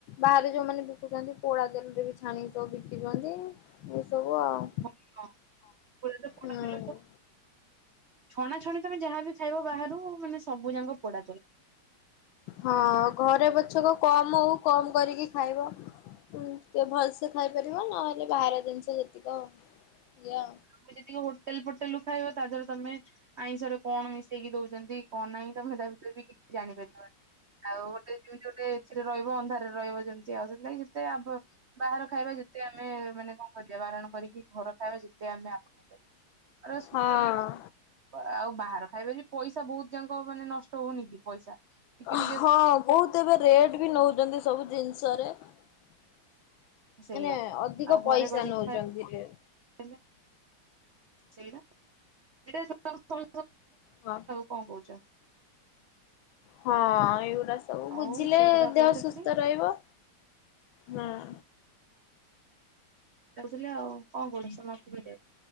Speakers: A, on the left; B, on the right.
A: ବାହାରେ ଯୋଉମାନେ ବିକୁଛନ୍ତି ପୋଡା ତେଲ ରେ ବି ଛାଣି ସବୁ ବିିକିଛନ୍ତି ଏଇ ସବୁ ଆଉ।
B: ହଁ ହଁ ପୁରାତ ପୋଡା
A: ହୁଁ।
B: ତେଲ ଛଣାଛଣି ତମେ ଯାହା ବିି ଖାଇବ ବାହାରୁ ମାନେ ସବୁ ଯାକଁ ପୋଡା ତେଲ।
A: ହଁ ଘରେ ପଛକ କମ ହଉ କମ କରିକି ଖାଇବ। ଟିକେ ଭଲସେ ଖାଇପାରିବ ନହେଲେ ବାହାର ଜିନିଷ ଯେତିକ ଏଇଆ।
B: ତମେ ଯେତିକି ହୋଟେଲ ଫୋଟେଲୁ ଖାଇବା ତା ଦେହରେ ତମେ ଆଇଁଷରେ କଣ ମିଶେଇକି ଦଉଛନ୍ତି କଣ ନାହିଁ ତମେ ତା ଭିତରେ ବି କିଛି ଜାଣିପାରିବନି। ଆଉ ଗୋଟେ ଯେମତି ଗୋଟେ ଏଥିରେ ରହିବ ଅନ୍ଧାରରେ ରହିବ ଯେମିତି ଆଉ ସେତିନାଗି ସେତେ ଆମ୍ୱ ବାହାର ଖାଇବା ଯେତେ ଆମେ ମାନେ କଣ କରିବା ବାରଣ କରିକି ଘର ଖାଇବା ଯେତେ ଆମେ ଆପଣଇ ପାରିବା। <unintelligible>
A: ହଁ
B: ଆଉ ବାହାର ଖାଇବା ବି ପଇସା ବହୁତ ଯାଙ୍କ ମାନେ ନଷ୍ ଷ୍ଟ ହଉନି କି ପଇସା। ଟିକେ
A: ଅହ
B: ଟିକେ
A: ବହୁତ ଏବେ ରେଟ ବି ନଉଛନ୍ତି ସବୁ ଜିନିଷରେ। ମାନେ
B: ସେଇଆ
A: ଅଧିକ
B: ଆଉ ଘରେ
A: ପଇସା
B: କରିକି
A: ନଉଛନ୍ତି ରେ
B: <unintelligible> <unintelligible> ଆଉ କଣ
A: ହଁ।
B: କହୁଚ।
A: ହଁ ଏଇଗୁଡା ସବୁ
B: ଆଉ
A: ବୁଝିଲେ
B: ସେଇ କଥା
A: ଦେହ
B: କହୁଥିଲି
A: ସୁସ୍ଥ ରହିବ। ହଁ।
B: ଯାଇଥିଲେ ଆଉ କଣ <unintelligible> ସମାପ୍ତି <unintelligible>